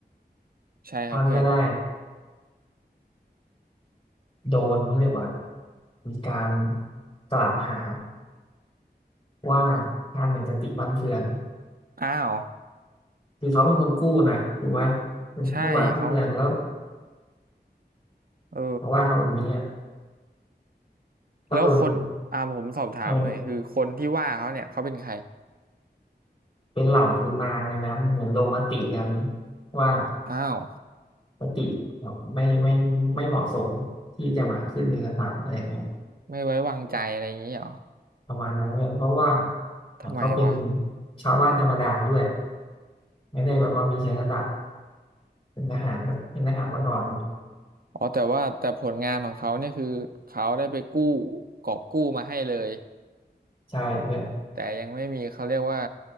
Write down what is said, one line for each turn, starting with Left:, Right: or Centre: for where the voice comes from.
Right: ใช่ครับเพื่อน
Left: ท่านก็ได้ โดนเขาเรียกว่ามีการกล่าวหาว่าท่านอย่างสติฟั่นเฟือน
Right: อ่ะอ้าว
Left: คือเขาเป็นคนกู้นะถูกไหมเป็นกู้วานกู้เมืองแล้ว
Right: ใช่เขาเออ
Left: มาว่าเขาแบบนี้อะก็โดน
Right: แล้วคนอ่าผมสอบถามหน่อยคือคนที่ว่าเขาเนี่ยเขาเป็นใคร
Left: เออเป็นเหล่าขุนนางเลยนะเหมือนลงมติกันว่า
Right: อ้าว
Left: สติไม่ไม่ไม่เหมาะสมที่จะมาขึ้นเป็นกษัตริย์อะไรอย่างเงี้ย
Right: ไม่ไว้วางใจอะไรอย่างนี้เหรอ
Left: ประมาณนั้นเนี่ยเพราะว่าเหมือนเขาเป็น
Right: ทำไมวะ
Left: ชาวบ้านธรรมดาด้วยไม่ได้แบบว่ามีเชื้อกษัตริย์เป็นทหารเป็นทหารมาก่อนเนี่ย
Right: อ๋อแต่ว่าแต่ผลงานของเขาเนี่ยคือเขาได้ไปกู้กอบกู้มาให้เลย
Left: ใช่เพื่อน
Right: แต่ยังไม่มีเขาเรียกว่า